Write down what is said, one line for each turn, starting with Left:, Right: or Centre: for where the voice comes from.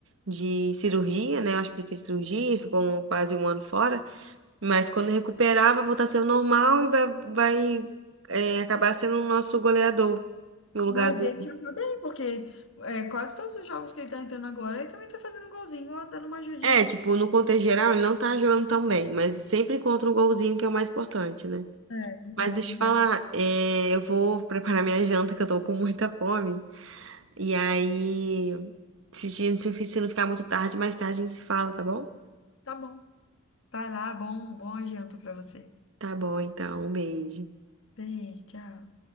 Right: de cirurgia, né? Eu Acho que ele fez cirurgia, ficou um- quase um ano fora. Mas quando recuperar, vai voltar a ser o normal e vai, vai é, acabar sendo o nosso goleador no lugar
Left: Mas
Right: do.
Left: ele já tá bem, porque é, quase todos os jogos que ele tá entrando agora, ele também tá fazendo um golzinho, ó, dando uma ajudinha.
Right: É, tipo, no contexto geral, ele não tá jogando tão bem, mas sempre encontra um golzinho que é o mais importante, né?
Left: É, verdade,
Right: Mas deixa
Left: verdade.
Right: eu te falar, é, eu vou preparar minha janta, que eu tô com muita fome. E aí, se, se não ficar muito tarde, mais tarde a gente se fala, tá bom?
Left: Tá bom. Vai lá, bom, bom janta pra você.
Right: Tá bom, então. Um beijo.
Left: Beijo, tchau.